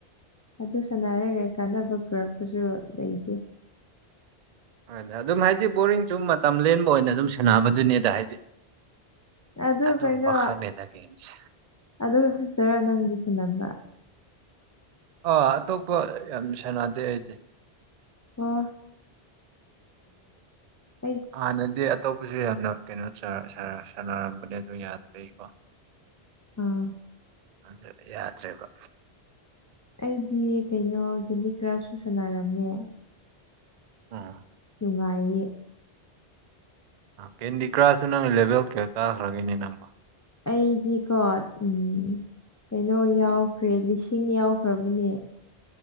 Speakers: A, on the left (about 30°); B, on the right (about 55°).
A: ꯑꯗꯨ ꯁꯅꯔꯒꯩ ꯀꯥꯟꯅꯕ ꯄꯨꯔꯛꯄꯁꯨ ꯂꯩꯇꯦ
B: ꯑꯗꯨꯗ ꯑꯗꯨꯝ ꯍꯥꯏꯗꯤ ꯕꯣꯔꯤꯡꯁꯨ ꯃꯇꯝ ꯂꯦꯟꯕ ꯑꯣꯏꯅ ꯑꯗꯨꯝ ꯁꯥꯟꯅꯕꯗꯨꯅꯦꯗ ꯍꯥꯏꯗꯤ
A: ꯑꯗꯨ
B: ꯑꯗꯨꯝꯕ
A: ꯀꯩꯅꯣ
B: ꯈꯛꯅꯦꯗ ꯒꯦꯝꯁꯦ
A: ꯑꯗꯨ ꯐꯛꯇꯔꯥ ꯅꯪꯒꯤ ꯁ ꯅꯝꯕ
B: ꯑꯥ ꯑꯇꯣꯞꯄ ꯌꯥꯝ ꯁꯥꯟꯅꯗꯦ ꯑꯩꯗꯤ
A: ꯑ ꯁꯒ
B: ꯍꯥꯟꯅꯗꯤ ꯑꯇꯣꯞꯄꯁꯨ ꯌꯥꯝꯅ ꯀꯩꯅꯣ ꯆꯥꯔꯁꯤꯦ ꯁꯥꯟꯅꯔꯝꯕꯅꯦ ꯑꯗꯨ ꯌꯥꯗꯕꯩꯀꯣ
A: ꯑꯥ
B: ꯑꯗꯨ ꯌꯥꯗ꯭ꯔꯦꯕ
A: ꯑꯩꯗꯤ ꯀꯩꯅꯣ ꯀꯦꯗꯤ ꯈꯔ ꯁꯨ ꯁꯥꯟꯅꯥꯔꯝꯃꯦ
B: ꯑ
A: ꯅꯨꯡꯉꯥꯏꯌꯦ
B: ꯀꯦꯟꯗꯤ ꯀ꯭ꯔꯥꯁꯁꯨ ꯅꯪ ꯂꯦꯚꯦꯜ ꯀꯌꯥ ꯀꯥꯈ꯭ꯔꯒꯦꯅꯦ ꯅꯪꯕ
A: ꯑꯩꯗꯤꯀꯣ ꯎꯝ ꯀꯩꯅꯣ ꯌꯥꯎꯈ꯭ꯔꯦ ꯂꯤꯁꯤꯡ ꯌꯥꯎꯈ꯭ꯔꯕꯅꯦ